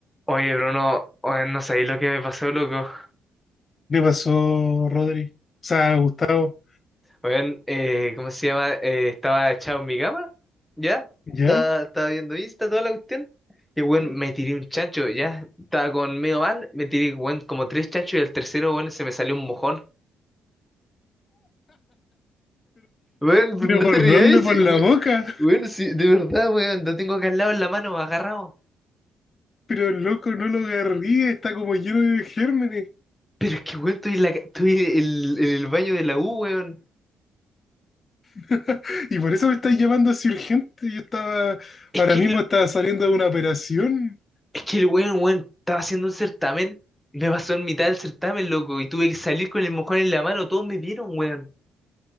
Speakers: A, in the centre; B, on the left (about 35°).
A: Oye, Bruno, oye, no sabéis lo que me pasó, loco.
B: le pasó Rodri? O sea, Gustavo.
A: Oye, eh, ¿cómo se llama? Eh, estaba echado en mi cama, ¿ya?
B: ¿Ya?
A: Estaba, estaba viendo Insta, toda la cuestión. Y, bueno, me tiré un chancho, ¿ya? Estaba con medio mal, me tiré, bueno, como tres chanchos y el tercero, bueno se me salió un mojón. Bueno, no
B: ¿Pero por
A: te rías,
B: dónde?
A: sí,
B: ¿Por la
A: we-
B: boca?
A: weón, sí, de verdad, weón, lo tengo acá al lado en la mano, agarrado.
B: Pero loco no lo agarrí, está como lleno de gérmenes.
A: Pero es que, weón, estoy en, la ca- estoy en el en el baño de la U, weón.
B: <laughs> Y por eso me estáis llamando así urgente. Yo estaba,
A: Es
B: ahora
A: que
B: mismo estaba saliendo de una operación.
A: Es que el weón, weón, estaba haciendo un certamen, me pasó en mitad del certamen, loco, y tuve que salir con el mojón en la mano, todos me vieron, weón.